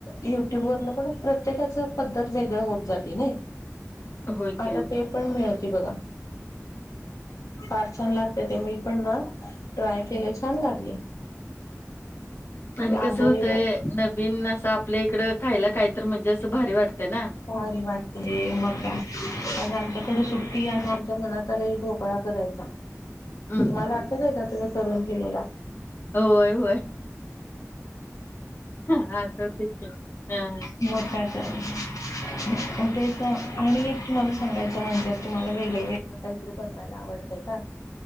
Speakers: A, on the left; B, on the left.
A: युट्यूब वरन पण, प्रत्येकाच पद्धत वेगळ होत जाते नाही?
B: होय
A: आता
B: की.
A: ते पण मिळते बघा. फार छान लागते ते, मी पण ना ट्राय केले छान लागले.
B: आणि
A: ते
B: कस
A: आंबोळीवर
B: होतंय नक बिन असं आपल्या इकडं खायला काही तर, म्हणजे असं भारी वाटतं ना.
A: भारी वाटते मग काय, आज आमच्याकडे सुट्टी आणि आमच्या मनात आणी ढोकळा कराय चा.
B: हं.
A: तुम्हाला आठवतय आहे का तुम्ही करून गेलेला?
B: होय होय. हाता तेचा ह्म्म
A: म काय तर उठेच नाही आणि एक तुम्हाला सांगायचं म्हणजे तुम्हाला वेगळ वेगळ काहीतरी बनवायला आवडतय का?